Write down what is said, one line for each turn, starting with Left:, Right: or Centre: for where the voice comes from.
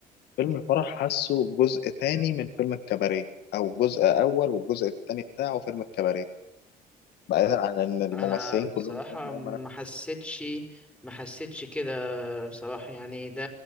Left: فيلم الفرح حاسه جزء تاني من فيلم الكباريه أو جزء أول والجزء التاني بتاعه فيلم الكباريه بعيدا عن إن الممثلين
Centre: أنا بصراحة
Left: كلهم هم
Centre: ما
Left: هم
Centre: حسيتش ما حسيتش كده بصراحة يعني ده